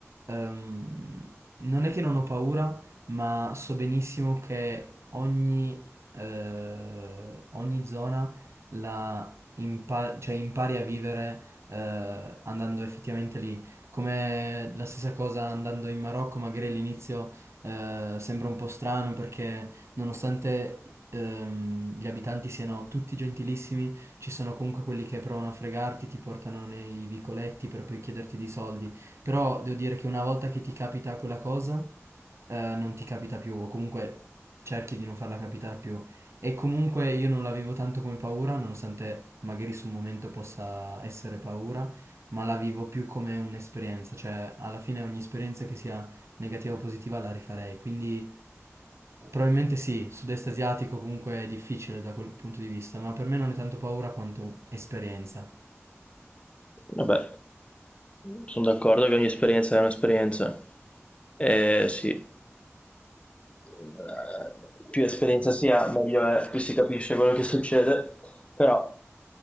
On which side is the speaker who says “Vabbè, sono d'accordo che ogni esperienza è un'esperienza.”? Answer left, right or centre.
Left